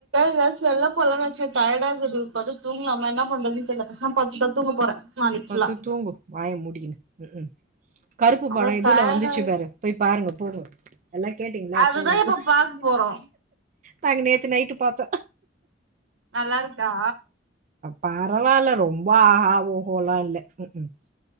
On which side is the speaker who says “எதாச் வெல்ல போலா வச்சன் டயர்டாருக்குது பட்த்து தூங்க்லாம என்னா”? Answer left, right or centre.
Right